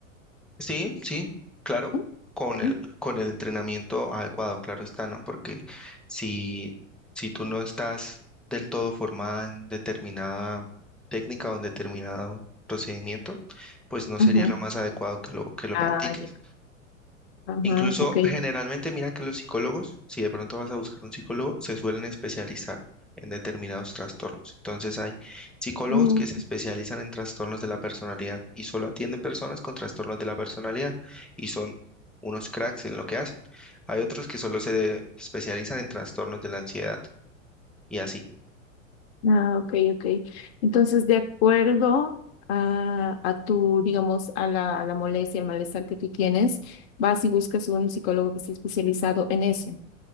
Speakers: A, in the centre; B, on the left (about 55°).
A: Sí, sí, claro,
B: ¿Sí?
A: con
B: Sí.
A: el, con el entrenamiento adecuado, claro está, ¿no? Porque si, si tú no estás del todo formada en determinada técnica o en determinado procedimiento, pues no sería
B: Ujú.
A: lo más adecuado que lo, que lo
B: Ah,
A: practiques.
B: ya. Ajá,
A: Incluso
B: ok.
A: generalmente mira que los psicólogos, si de pronto vas a buscar un psicólogo, se suelen especializar en determinados trastornos. Entonces hay psicólogos
B: Mm,
A: que se especializan en trastornos de la personalidad y solo atienden personas con trastornos de la personalidad y son unos cracks en lo que hacen. Hay otros que solo se especializan en trastornos de la ansiedad y así.
B: Ah, ok, ok. Entonces, de acuerdo a, a tu, digamos, a la, a la molestia, al malestar que tú tienes, vas y buscas un psicólogo que esté especializado en eso.